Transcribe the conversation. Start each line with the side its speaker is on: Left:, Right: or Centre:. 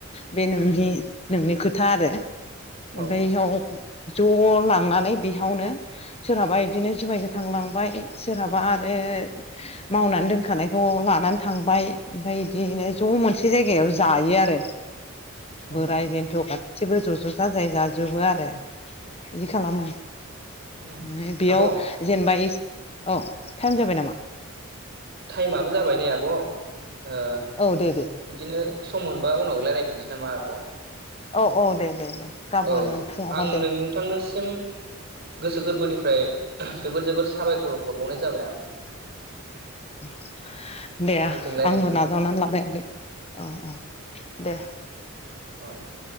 Left: बे नोंनि नोंनि खोथा आरो। ओमफ्राय
Right: औ
Left: हाव ज' लांनानै बेहावनो सोरहाबा इदिनो जुमाय गोथांलांबाय सोरहाबा आरो मावनानै दोनखानायखौ लानानै थांबाय ओमफ्राय बिदिनो ज' मोनसे जायगायाव जायो आरो
Right: औ
Left: बोराय बेन्थु' गासिबो ज' ज' जाजाय जाजोबो आरो बिदि
Right: औ
Left: खालामो फ्राय
Right: औ
Left: बेयाव
Right: आब'
Left: जेनेबा ए औ टाइम जाबाय नामा?
Right: टाइमाबो जाबाय नै आब' ओ बिदिनो
Left: औ दे दे
Right: सम मोनबा उनावलायराफिननोसै नामा आब'
Left: औ औ दे दे दे गाबोन
Right: औ
Left: फुङाव
Right: आं
Left: हरदो
Right: नोंथांनिसिम गोसो गोरबोनिफ्राय जोबोर जोबोर साबायखर हरबावनाय जाबाय आब'
Left: <inaudible> दे
Right: आंजों रायज्लायनायनि
Left: आंबो नाजावनानै
Right: थाखाय
Left: लाबायाखै औ औ दे।
Right: औ औ।